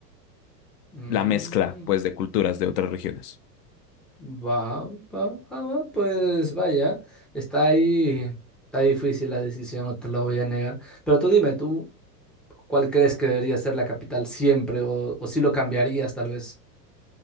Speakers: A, in the centre; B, on the left.
A: mm,
B: la mezcla, pues, de culturas de otras regiones.
A: va, va, va, va, pues vaya, está ahí, está difícil la decisión, no te lo voy a negar. Pero tú dime, ¿tú cuál crees que debería ser la capital siempre o, o si lo cambiarías tal vez?